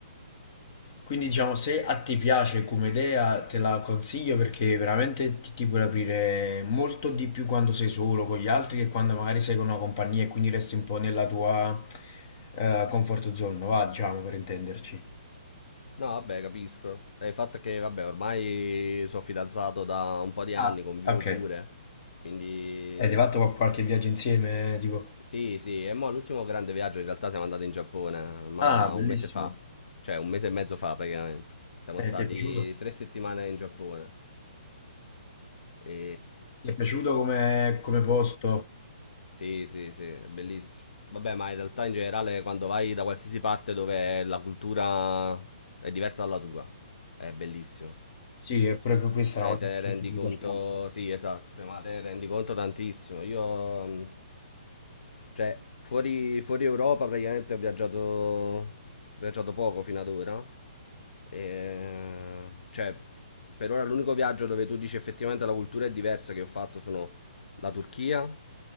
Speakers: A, on the left; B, on the left.
A: Quindi diciamo, se a te piace come idea, te la consiglio perché veramente ti, ti puoi aprire molto di più quando sei solo con gli altri che quando magari sei con una compagnia e quindi resti un po' nella tua eh, comfort zone, va, diciamo, per intenderci.
B: No, vabbè, capisco. È il fatto è che, vabbè, ormai sono fidanzato da un po' di anni,
A: Ah,
B: convivo
A: Ok.
B: pure, quindi...
A: Avete fatto qual- qualche viaggio insieme? Tipo,
B: Sì, sì, e mo' l'ultimo grande viaggio in realtà siamo andati in Giappone, ma
A: ah, bellissimo.
B: un mese fa, cioè un mese e mezzo fa praticamente. Siamo
A: Eh,
B: stati
A: ti è piaciuto?
B: tre settimane in Giappone. E...
A: Ti è piaciuto come, come posto?
B: Sì, sì, sì, è bellissimo. Vabbè, ma in realtà in generale quando vai da qualsiasi parte dove la cultura è diversa dalla tua, è bellissimo.
A: Sì, eppure questa
B: Cioè,
A: è una cosa
B: te ne rendi
A: che che mi
B: conto,
A: piace molto.
B: sì, esatto, ma te ne rendi conto tantissimo. Io, mh, cioè, fuori, fuori Europa praticamente ho viaggiato, ho viaggiato poco fino ad ora. E, cioè, per ora l'unico viaggio dove tu dici effettivamente la cultura è diversa che ho fatto sono la Turchia,